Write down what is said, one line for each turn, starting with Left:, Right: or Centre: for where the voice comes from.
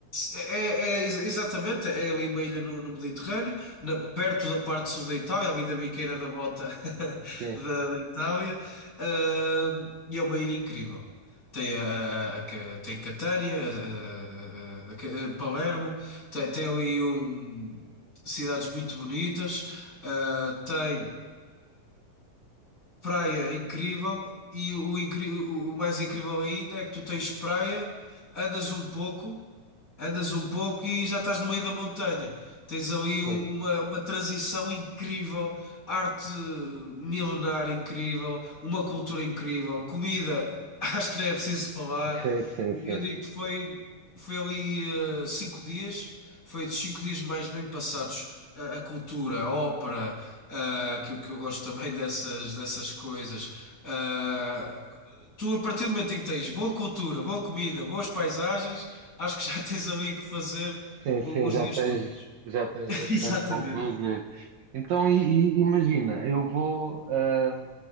Left: É, é, ex- exatamente, é ali uma ilha no, no Mediterrâneo, na, perto da parte sul da Itália, ali da biqueira da bota <laughs>
Right: Sim,
Left: da, da Itália, Ah, e é uma ilha incrível. Tem, a, a- a Ca- tem Catânia, a- a- a Ca- a Palermo, tem, tem ali um, cidades muito bonitas, ah, tem praia incrível, e o, incri- o o mais incrível ainda é que tu tens praia, andas um pouco. Andas um pouco e já estás no meio da montanha. Tens ali
Right: foi.
Left: um- uma, uma transição incrível, arte milenar incrível, uma cultura incrível, comida, <laughs> acho que nem é preciso falar.
Right: Sim, sim,
Left: Eu
Right: sim.
Left: digo que foi, foi ali eh, cinco dias, foi dos cinco dias mais bem passados. A, a cultura, a ópera, ah, que, eu- que eu gosto também <laughs> dessas, dessas coisas. Eh, Tu, a partir do momento em que tens boa cultura, boa comida, boas paisagens, acho que já <laughs> tens ali que fazer
Right: Sim,
Left: o-
Right: sim,
Left: os
Right: já
Left: dias
Right: tens,
Left: todos.
Right: já tens
Left: <laughs>
Right: bastante
Left: Exatamente.
Right: com o que fazer. Então, e- e imagina, eu vou. ah,